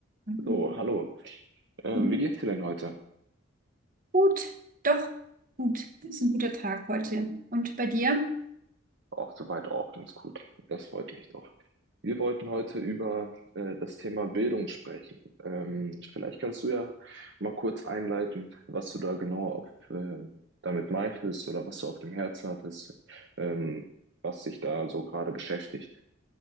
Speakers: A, on the right; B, on the right.
A: Hallo.
B: So, hallo. Ähm,
A: Mhm.
B: wie geht's dir denn heute?
A: Gut, doch, gut. Das ist ein guter Tag heute. Und bei dir?
B: Auch soweit auch ganz gut. Das freut mich doch. Wir wollten heute über äh, das Thema Bildung sprechen. Ähm, vielleicht kannst du ja mal kurz einleiten, was du da genau auf, ähm, damit meintest oder was du auf dem Herzen hattest, ähm, was dich da so gerade beschäftigt.